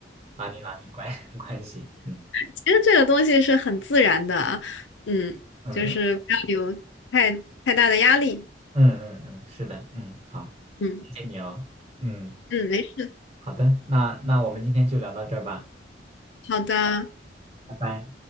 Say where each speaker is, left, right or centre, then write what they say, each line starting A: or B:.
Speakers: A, on the right; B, on the left.
A: 拉近拉近关 <laughs> 关系，嗯
B: 其实这个东西是很自然的啊，嗯，
A: 嗯嗯
B: 就是不要有太太大的压力，
A: 嗯嗯嗯，是的，嗯，好，
B: 嗯。
A: 谢谢你哦，嗯，
B: 嗯，没事，
A: 好的，那那我们今天就聊到这儿吧，
B: 好的，
A: 拜拜。